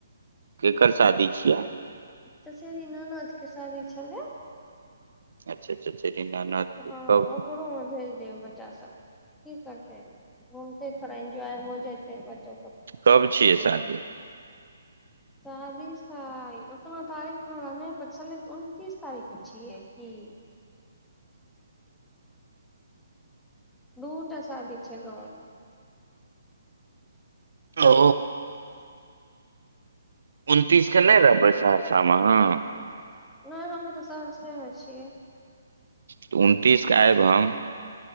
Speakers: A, on the right; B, in the centre.
A: केकर शादी छियै।
B: चचेरी ननदके शादी छलै। ओक,
A: अच्छा अच्छा दीनानाथ
B: हँ हँ,
A: कब
B: ओकरो मे भेज दिऔ बच्चा सबके। की करतै, घूमतै, थोड़ा एन्जॉय हो जेतै बच्चो सब
A: कब छियै शादी?
B: शादी शाय, उतना तारीख त हमरा नै प छल। उनतीस तारीख क छियै की? दूटा शादी छै गाँव में।
A: ओ। उनतीस के नै रहबै सहरसा मे अहाँ?
B: नै हमे त सहरसे मे छियै।
A: त उनतीस क आएब हम।